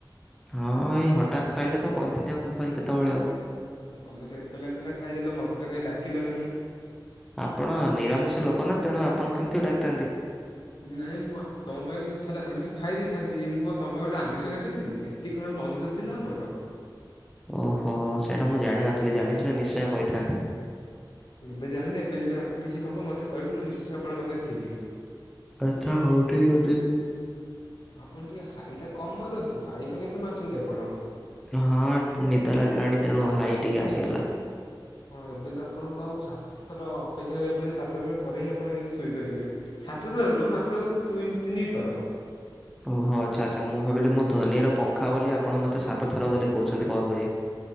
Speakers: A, in the centre; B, on the left.
A: ହଁ ଏଇ ହଠାତ୍ ଖାଇଲେ ତ କହିଥାନ୍ତି ଆଉ କିପରି କେତେବେଳେ ଆଉ।
B: ତମେ ତ ଏକଲା ଏକଲା ଖାଇଦେଲ ମୋତେ ତ କାହିଁ ଡାକିଲ ନାହିଁ?
A: ଆପଣ ନିରାମିଷ ଲୋକନା ତେଣୁ ଆପଣ କେମିତି ଡାକିଥାନ୍ତି।
B: ନାଇଁ ମୁଁ ତମ ପାଇଁ ଥରେ ଆମିଷ ଖାଇ ଦେଇଥାନ୍ତି ମୁଁ କଣ ତମ ପାଇଁ ଗୋଟେ ଆମିଷ ଖାଇପାରିବିନି। ତି କଣ ବନ୍ଧୁିତା ଥିଲା ଆମର।
A: ଓହୋ ସେଇଟା ମୁଁ ଜାଣିନଥିଲି ଜାଣିଥିଲେ ନିଶ୍ଚୟ କହିଥାନ୍ତି।
B: ଏବେ ଜାଣିଲେ ଏବେ ଯେବେ ଆଗକୁ କିଛି ହବ ମୋତେ କହିବେ ମୁଁ ନିଶ୍ଚୟ ଆଣଙ୍କଖରେ ଥିବି।
A: କଥା ହଉ ଠିକ୍ ଅଛି।
B: ଆପଣ ଟିକିେ ହାଇଟା କମ୍ ମାରନ୍ତୁ ହାଇ କାହିଁ ଏତେ ମାରୁଛନ୍ତି ଆପଣ?
A: ହଁ ନିଦ ଲାଗିଲାଣି ତେଣୁ ହାଇ ଟିକେ ଆସିଗଲା।
B: ହଁ ଏବେ ତ ଆପଣଙ୍କୁ ଆଉ ସାତଶହର ଅପେକ୍ଷା କରିବାକୁ ପଡ଼ିବ ସାତଶହ ପରେ ହିଁ ଆପଣ ଯାଇକି ଶୋଇପାରିବେ। ସାତଥର ନୁ ମାତ୍ର ଆଉ ଦୁଇ ତିନିଥର।
A: ଓହୋ ଆଛା ଆଛା ମୁଁ ଭାବିଲି ମୁଁ ଧୋନିର ପଙ୍ଖା ବୋଲି ଆପଣ ମୋତେ ସାତ ଥର ବୋଲି କହୁଛନ୍ତି କଲ୍ କରିବେ